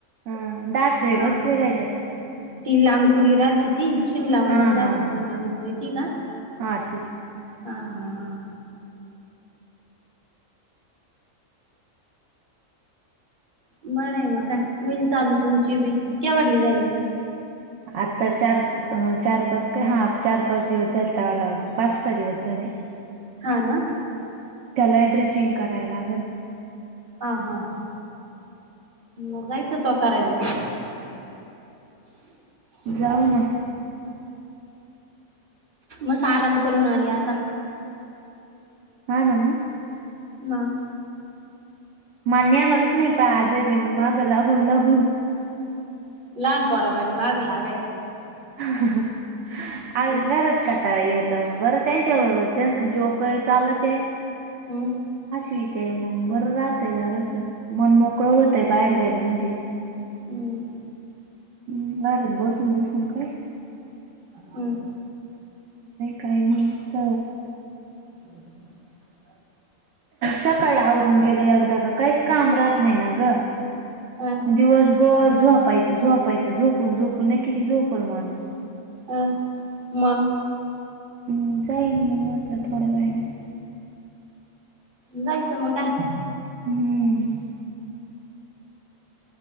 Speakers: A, on the right; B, on the right.
A: हा दहा ट्रे
B: हा
A: बसले त्याच्यात.
B: ती लांबकुळी राहते ती, शिमलावानीच
A: हा
B: राहते
A: हा हा
B: लांबकोळी ती का?
A: हा ती
B: हा. हा. हा
A: अह....
B: बरं आहे मग काय होईल चालू तुमची बी, केवडली झाली?
A: आत्ता चार अ चार -पाच काय, हा चार -पाच दिवस झाले तवा लावली, पाच -सहा दिवस झाले.
B: हा. ना.
A: त्याला ही ड्रेचिंग कराय लागन.
B: हा. हा. हा. म जायचं त्वा करायला.
A: जाऊ ना.
B: मस आराम करून आली आता.
A: हा ना मग.
B: मग
A: मला नेणारच नाही प आजे बी माग लागून-लागून.
B: लहान पोरावानी माग लागायचं.
A: अगं
B: हम्म
A: घरात कंटाळा येतो बरं त्यांच्याबरोबर त्यांच जो काय चाल ते,
B: हम्
A: हशवीते मग बरं राहतयं जरासं, मन मोकळं होतंय बाहेर गेलं म्हणजे.
B: हूं....
A: हुं... घरात बसून-बसून काय,
B: हूं...
A: नाही काही नेमिस्त
B: <unintelligible>
A: सकाळी आवरून गेलं एगदां का काहीच कामं राहत नाही ना गं.
B: ह
A: म दिवसभर झोपायचं, झोपायचं, झोपून -झोपून ना किती झोपल माणूस.
B: हा मंग.
A: हं जाईन म म्हटलं थोड्या वेळानी.
B: जायचं मग काय
A: हूं....